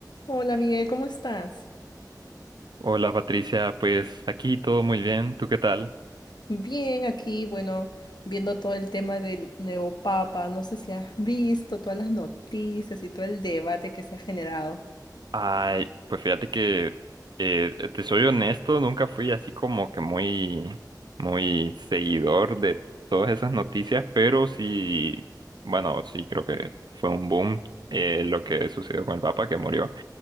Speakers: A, on the left; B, on the right.
A: Hola Miguel, ¿cómo estás?
B: Hola Patricia, pues aquí todo muy bien, ¿tú qué tal?
A: Bien, aquí, bueno, viendo todo el tema del nuevo Papa, no sé si has visto todas las noticias y todo el debate que se ha generado.
B: Ay, pues fíjate que eh, te soy honesto, nunca fui así como que muy, muy seguidor de todas esas noticias, pero sí, bueno, sí creo que fue un boom eh, lo que sucedió con el Papa que murió.